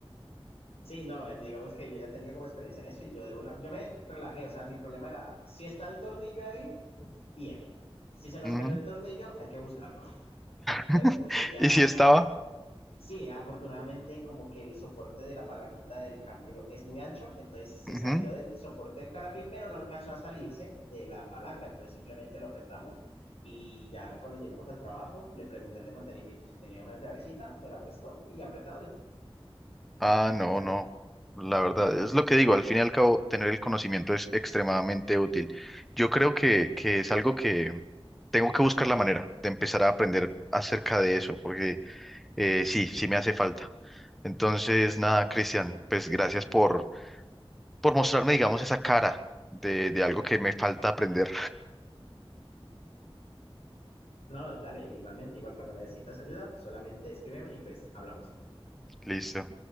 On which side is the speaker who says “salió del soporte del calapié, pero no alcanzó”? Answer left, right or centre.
Left